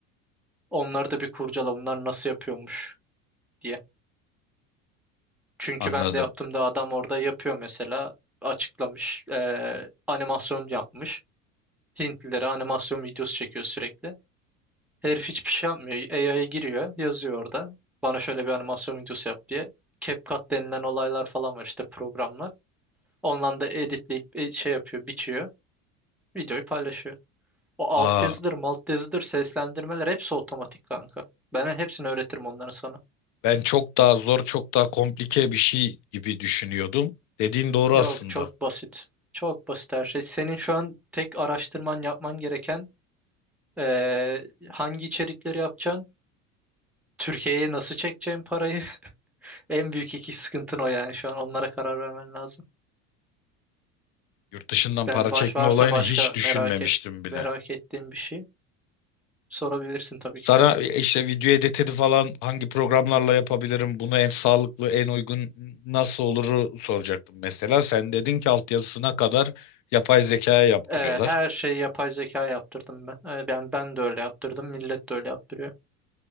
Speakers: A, in the centre; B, on the left.
A: Onları da bir kurcala bunlar nasıl yapıyormuş diye. Çünkü
B: Anladım.
A: ben de yaptığımda adam orada yapıyor mesela. Açıklamış, ee, animasyon yapmış. Hintlilere animasyon videosu çekiyor sürekli. Herif hiçbir şey yapmıyor. AI'ya giriyor, yazıyor orada. Bana şöyle bir animasyon videosu yap diye. CapCut denilen olaylar falan var işte programlar. Ondan da editleyip e, şey yapıyor, biçiyor. Videoyu paylaşıyor. O alt
B: Aa,
A: yazıdır, malt yazıdır, seslendirmeler hepsi otomatik kanka. Ben hepsini öğretirim onları sana.
B: ben çok daha zor, çok daha komplike bir şey gibi düşünüyordum. Dediğin doğru
A: Yok,
B: aslında.
A: çok basit. Çok basit her şey. Senin şu an tek araştırman yapman gereken eee, hangi içerikleri yapacaksın? Türkiye'ye nasıl çekeceğim parayı? <laughs> En büyük iki sıkıntın o yani şu an onlara karar vermen lazım.
B: Yurt dışından
A: Yani
B: para
A: baş
B: çekme
A: varsa
B: olayını
A: başka
B: hiç düşünmemiştim
A: merak et merak
B: bile.
A: ettiğin bir şey sorabilirsin tabii
B: Sana
A: ki de.
B: işte video editini falan hangi programlarla yapabilirim? Bunu en sağlıklı, en uygun nasıl oluru soracaktım mesela. Sen dedin ki altyazısına kadar yapay zekaya yaptırıyorlar.
A: Evet, her şeyi yapay zeka yaptırdım ben. Evet, ben ben de öyle yaptırdım, millet de öyle yaptırıyor.